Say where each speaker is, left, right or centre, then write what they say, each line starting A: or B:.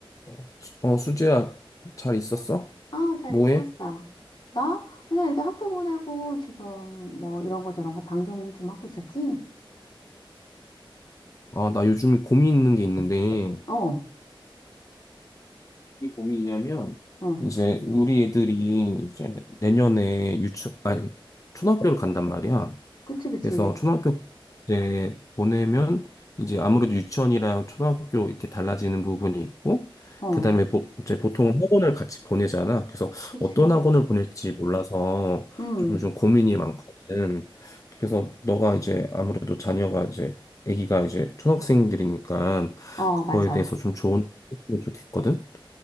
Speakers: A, on the left; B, on the left.
A: 어, 수- 어, 수재야, 잘 있었어?
B: 아, 잘
A: 뭐해?
B: 있었어. 나? 그냥 애들 학교 보내고 지금 뭐 이런 거 저런 거 방 정리 좀 하고 있었지?
A: 아, 나 요즘에 고민 있는 게 있는데,
B: 어,
A: 이게 고민이냐면,
B: 어,
A: 이제 우리 애들이 이제 내년에 유치, 아니, 초등학교를 간단 말이야.
B: 그치, 그치.
A: 그래서 초등학교 때 보내면 이제 아무래도 유치원이랑 초등학교 이렇게 달라지는 부분이 있고,
B: 어,
A: 그다음에 보, 이제 보통 학원을 같이 보내잖아. 그래서
B: 그치.
A: 어떤 학원을 보낼지 몰라서
B: 음,
A: 좀 요즘 고민이 많거든. 그래서 너가 이제 아무래도 자녀가 이제 아기가 이제 초등학생들이니까
B: 어,
A: 그거에
B: 맞아.
A: 대해서 좀 좋은 팁을 좋겠거든.